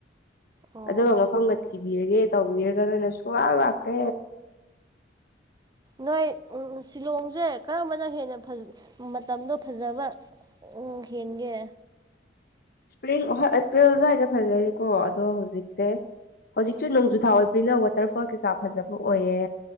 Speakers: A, on the right; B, on the left.
A: ꯑꯣ
B: ꯑꯗ ꯁꯤꯕꯤꯔꯒꯦ ꯇꯧꯕꯤꯔꯒ ꯅꯣꯏꯅ ꯁꯨꯡꯋꯥ ꯂꯥꯛꯇꯦ
A: ꯅꯣꯏ ꯎ ꯁꯤꯂꯣꯡꯁꯦ ꯀꯔꯝꯕꯅ ꯍꯦꯟꯅ ꯃꯇꯝꯗꯣ ꯐꯖꯕ ꯎ ꯍꯦꯟꯒꯦ
B: ꯏꯁꯄ꯭ꯔꯤꯡꯣꯏ ꯑꯦꯄ꯭ꯔꯤꯜ ꯑꯗꯨꯋꯥꯏꯗ ꯐꯖꯩꯀꯣ ꯑꯗꯣ ꯍꯧꯖꯤꯛꯁꯦ ꯍꯧꯖꯤꯛꯁꯨ ꯅꯣꯡꯖꯨꯊꯥ ꯑꯣꯏꯕꯅꯤꯅ ꯋꯥꯇꯔꯐꯣꯜ ꯀꯩꯀꯥ ꯐꯖꯕ ꯑꯣꯏꯌꯦ